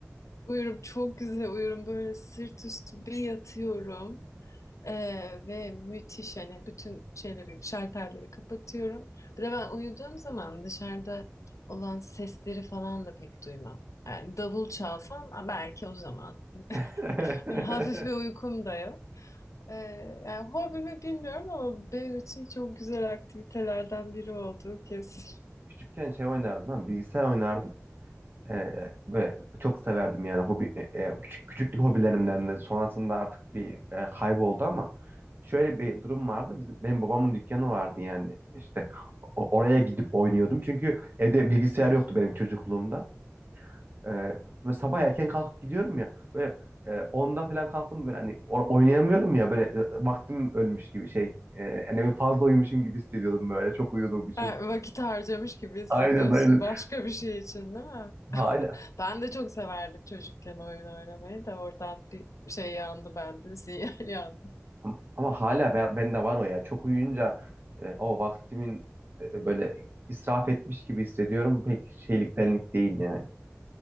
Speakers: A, on the left (about 75°); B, on the right (about 40°).
A: Uyurum, çok güzel uyurum. Böyle sırt üstü bir yatıyorum. Ee, ve müthiş hani bütün şeyleri, şalterleri kapatıyorum. Bir de ben uyuduğum zaman dışarıda olan sesleri falan da pek duymam. Yani davul çalsam ha, belki o zaman.
B: <laughs>
A: Böyle hafif bir uykum da yok. Ee, yani hobi mi bilmiyorum ama benim için çok güzel aktivitelerden biri oldu kesin. <laughs>
B: Küçükken şey oynardım ha bilgisayar oynardım. E, böyle çok severdim yani hobi e, e, küçük küçüklük hobilerimden de sonrasında artık bir e, kayboldu ama şöyle bir durum vardı. Bizim, benim babamın dükkanı vardı yani işte o- oraya gidip oynuyordum. Çünkü evde bilgisayar yoktu benim çocukluğumda. E, böyle sabah erken kalkıp gidiyorum ya böyle e, 10'da falan kalktım böyle hani o- oynayamıyorum ya böyle e, vaktim ölmüş gibi şey. E, yani bir fazla uyumuşum gibi hissediyordum böyle çok uyuduğum için.
A: Ha, Vakit harcamış gibi hissediyorsun
B: Aynen aynen.
A: başka bir şey için değil mi?
B: Hala.
A: Ben de çok severdim çocukken oyun oynamayı da oradan bir şey yandı bende, <laughs> sinyal yandı.
B: Am- Ama hala ben, bende var o ya. Çok uyuyunca e, o vaktimin e, böyle israf etmiş gibi hissediyorum. Pek şeylik benlik değil yani.